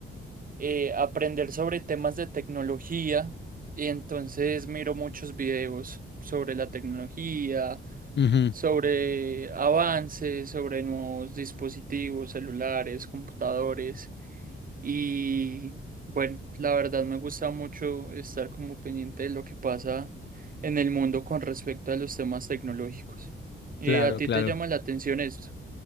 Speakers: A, on the right (about 40°); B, on the left (about 55°).
A: eh, aprender sobre temas de tecnología y entonces miro muchos videos sobre la tecnología,
B: Ujú,
A: sobre avances, sobre nuevos dispositivos, celulares, computadores y bueno, la verdad me gusta mucho estar como pendiente de lo que pasa en el mundo con respecto a los temas tecnológicos. ¿Y
B: claro,
A: a ti
B: claro.
A: te llama la atención esto?